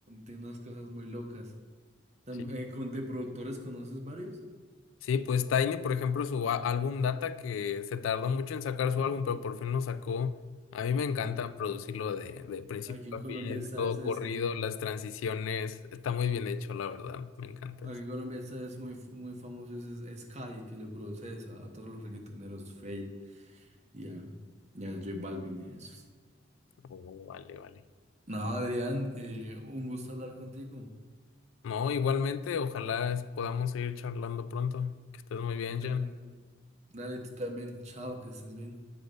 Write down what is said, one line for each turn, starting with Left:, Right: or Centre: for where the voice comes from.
Right: tiene unas cosas muy locas. Tam-
Left: Sí,
Right: eh, con, ¿de productores conoces varios?
Left: sí, pues Tiny, por ejemplo, su a- álbum Data, que se tardó mucho en sacar
Right: ¿No?
Left: su álbum, pero por fin lo sacó. A mí me encanta
Right: O
Left: producirlo de, de principio
Right: aquí en Colombia
Left: a fin,
Right: sabes
Left: todo
Right: es,
Left: corrido,
Right: eh,
Left: las transiciones, está muy bien hecho, la verdad,
Right: sí.
Left: me encanta
Right: aquí
Left: eso.
Right: en Colombia está es muy, f- muy famoso es, es Sky que lo produce eso, a todos los reggaetoneros Fate y a, y a J Balvin y a esos.
Left: Oh, vale, vale.
Right: No, Adrián, eh, un gusto hablar contigo.
Left: No, igualmente, ojalá es- podamos seguir charlando pronto. Que estés muy bien,
Right: Dale,
Left: Jan.
Right: dale, dale, tú también. Chao, que estés bien.